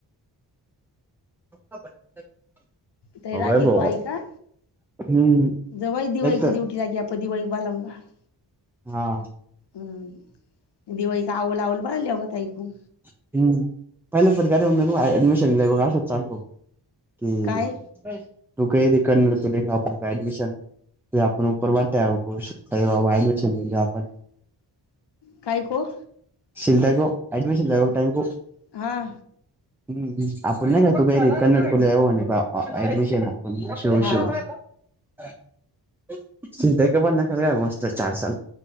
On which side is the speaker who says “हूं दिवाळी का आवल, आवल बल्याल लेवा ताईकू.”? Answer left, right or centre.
Left